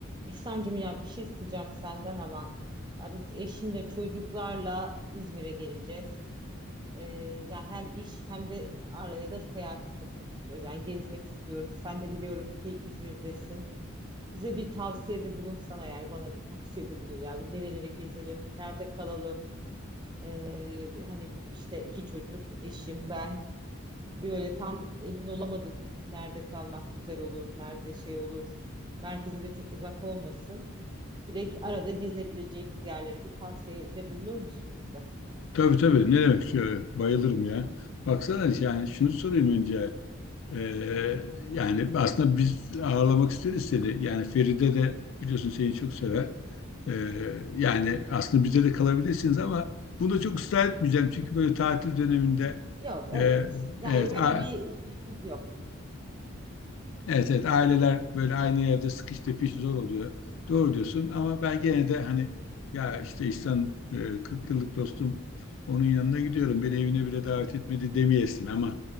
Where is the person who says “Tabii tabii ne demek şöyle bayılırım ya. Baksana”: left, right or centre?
Left